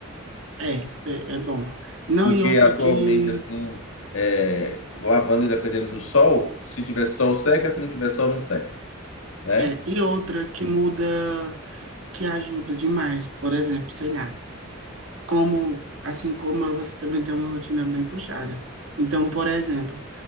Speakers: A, on the right (about 70°); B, on the left (about 75°).
A: é, é é bom. Não,
B: Porque
A: e outra
B: atualmente,
A: que...
B: assim, é, lavanda, dependendo do sol, se tiver sol, seca, se não tiver sol, não seca, né?
A: É, e outra que muda, que ajuda demais, por exemplo, sei lá, como, assim como eu, você também tem uma rotina bem puxada. Então, por exemplo,